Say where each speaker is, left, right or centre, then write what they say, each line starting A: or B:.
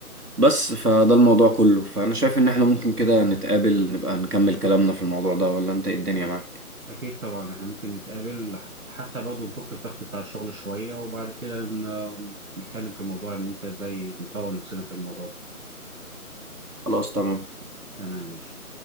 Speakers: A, on the right; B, on the right.
A: بس فده الموضوع كله فانا شايف ان احنا ممكن كده نتقابل نبقى نكمل كلامنا في الموضوع ده ولا انت إيه الدنيا معاك
B: أكيد طبعا إحنا ممكن نتقابل حتى برضه نفك الضغط بتاع الشغل شوية وبعد كده ن- نتكلم في الموضوع إن أنت إزاي نطور نفسنا في الموضوع ده
A: خلاص تمام
B: تمام ماشي